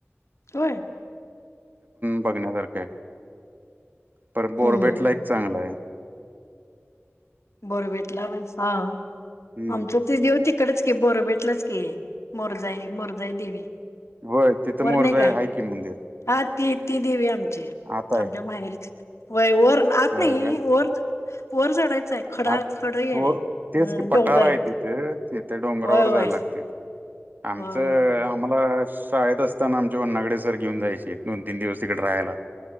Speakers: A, on the left; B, on the right.
A: व्हय
B: बघण्यासारख आहे प बोरबेट
A: हम्म.
B: ला एक चांगला आहे
A: बोरबेटला वसा
B: हम्म
A: आमच ते देव तिकडेच की बोरबेटलाच की मोरजई मोरजाई देवी
B: होय तिथं
A: वर
B: मोर
A: नाही
B: जाय
A: काय
B: हा कि मंदिर
A: हा ती ती देवी आमची
B: आता आहे
A: आमच्या माहेरी वय वर आत
B: होय
A: नाही
B: काय
A: वर वर चडायचं आहे खडा
B: आ
A: खड आहे
B: हो
A: हम्म
B: तेच कि
A: डोंगर
B: पटारा आहे तिथे तथे डोंगरावर
A: होय होय
B: जायला लागते आमचं
A: होय होय होय
B: आ आम्हाला शाळेत असताना आमच्या वन्नागडे सर घेऊन जायचे, दोन तीन दिवस तिकडे राहायला.